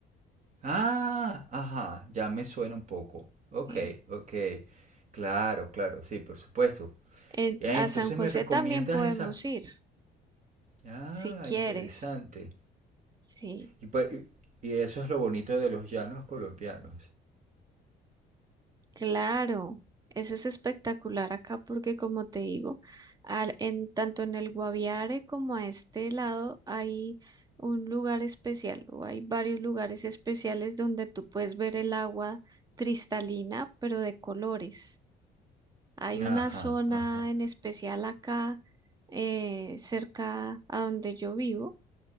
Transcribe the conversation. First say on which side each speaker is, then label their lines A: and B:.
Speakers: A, on the right (about 45°); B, on the right (about 25°).
A: Ah, ajá, ya me suena un poco. Ok,
B: eh,
A: ok, claro, claro, sí, por supuesto.
B: Eh,
A: Ya,
B: a
A: entonces
B: San José
A: me recomiendas
B: también podemos
A: esa.
B: ir,
A: Ah,
B: si quieres.
A: interesante.
B: Sí,
A: Y, pa- y y eso es lo bonito de los llanos colombianos.
B: claro. Eso es espectacular acá porque como te digo, al, en, tanto en el Guaviare como a este lado hay un lugar especial o hay varios lugares especiales donde tú puedes ver el agua cristalina, pero de colores. Hay una
A: Ajá,
B: zona
A: ajá.
B: en especial acá eh, cerca a donde yo vivo